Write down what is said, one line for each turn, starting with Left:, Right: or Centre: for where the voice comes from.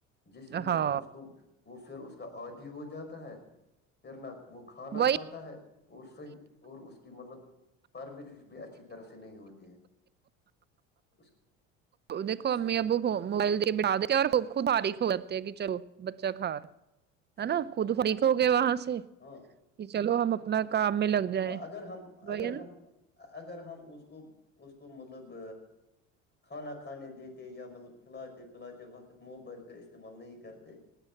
Left: جس سے مطلب
Right: ہاں
Left: اس کو وہ پھر اس کا عادی ہو جاتا ہے پھر نہ وہ کھانا
Right: وہی
Left: کھاتا ہے اور صحیح اور اس کی مطلب پرورش بھی اچھی طرح سے نہیں ہوتی ہے اس
Right: دیکھو امی
Left: سے
Right: ابو موبائل بٹا د اور خود فاریغ ہو جاتے ہے کہ چلو بچا کا رہ ہےا
Left: صحیح
Right: خود فریق ہو گیا وہاں
Left: ہاں
Right: کہ چلو ہم اپنا کام میں لگ جائیں
Left: اگر ہم
Right: وہی
Left: اگر
Right: ہے نا
Left: ہم اگر ہم اس کو اس کو مطلب کھانا کھانے دیتے یا مطلب کھلاتے پلاتے وقت موبائل کا استعمال نہیں کرتے